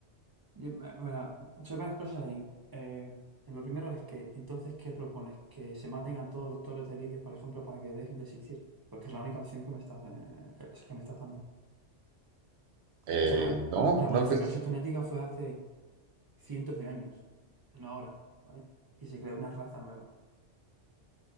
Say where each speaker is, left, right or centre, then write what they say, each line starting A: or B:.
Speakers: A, on the right (about 40°); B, on the right (about 65°).
A: Y, me- me da- son varias cosas ahí. Eh, lo primero es que, entonces, ¿qué propones? ¿Que se maten a todos los toros de lidia, por ejemplo, para que dejen de existir? Porque es la única opción que me estás, eh, eh, que me estás dando.
B: Eh,
A: O sea, la,
B: no,
A: la
B: no
A: modificación
B: que
A: genética fue hace cientos de años, no ahora, ¿vale? Y se creó una raza nueva.